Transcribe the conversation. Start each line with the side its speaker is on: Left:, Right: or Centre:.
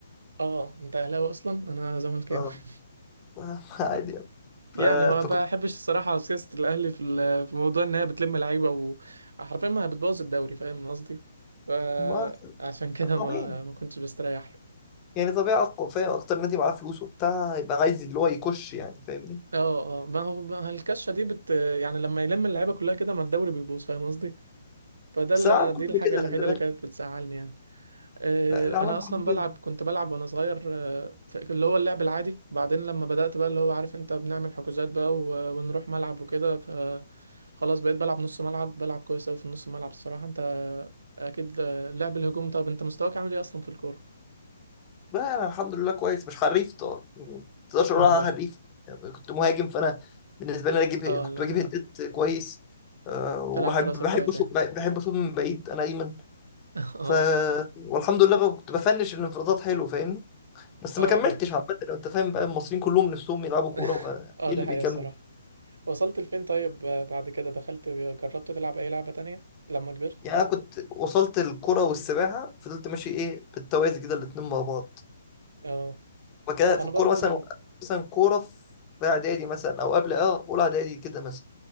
Right: اه انت اهلاوي اصلا انا زملكاوي
Left: اه
Right: <laughs>
Left: آه، <laughs> عادي يعني ف...
Right: يعني ما بحبش
Left: فكنت
Right: الصراحة سياسة الاهلي في ال- في موضوع ان هي بتلم لعيبة وحرفيا ما بتبوظ الدوري فاهم قصدي فعشان
Left: ما...
Right: كده
Left: طبيعي
Right: ما ما كنتش بستريح له
Left: يعني طبيعي أقوى، فاهم اكتر نادي معاه فلوس وبتاع يبقى عايز اللي هو يكش يعني فاهمني
Right: اه اه ما هو ما هو الكشه دي بت يعني لما يلم اللعيبه كلها كده ما الدوري بيبوظ فاهم قصدي فده
Left: بس
Right: اللي
Left: العالم
Right: انا دي
Left: كله
Right: الحاجه
Left: كده
Right: الوحيده
Left: خلي بالك
Right: اللي كانت بتزعلني يعني آه،
Left: لا العالم
Right: انا اصلا
Left: كله
Right: بلعب
Left: كده
Right: كنت بلعب وانا صغير آه، ف- اللي هو اللعب العادي بعدين لما بدات بقى اللي هو عارف انت بنعمل حجوزات بقى و- ونروح ملعب وكده ف خلاص بقيت بلعب نص ملعب بلعب كويس قوي في النص ملعب الصراحه انت اكيد آه، لعب الهجوم طب انت مستواك عامل ايه اصلا في الكوره
Left: بقى انا الحمد لله كويس مش حريف طبعا يعني ما تقدرش اقول
Right: <laughs> اه
Left: انا حريف يعني كنت مهاجم فانا بالنسبه لي انا اجيب
Right: اه
Left: كنت
Right: لا
Left: بجيب هدات كويس أه وبحب
Right: تلعب براسك
Left: بحب
Right: كويس
Left: اشوط
Right: يعني
Left: بحب اشوط من بعيد انا ايمن
Right: <laughs> اه
Left: ف والحمد لله بقى كنت بفنش الانفرادات حلو فاهمني بس
Right: اه
Left: ما
Right: اه
Left: كملتش عامه لو انت فاهم بقى المصريين كلهم نفسهم يلعبوا كوره
Right: <laughs>
Left: فايه
Right: اه ده
Left: اللي
Right: حقيقة
Left: بيكمل
Right: الصراحة وصلت لفين طيب بعد كده دخلت جربت تلعب اي لعبة تانية لما كبرت
Left: يعني انا كنت وصلت الكوره والسباحه فضلت ماشي ايه بالتوازي كده الاتنين مع بعض
Right: اه
Left: وكده في
Right: انا
Left: الكورة
Right: برضو
Left: مثلا مثلا كورة في إعدادي مثلا أو قبل أه أولى إعدادي كده مثلا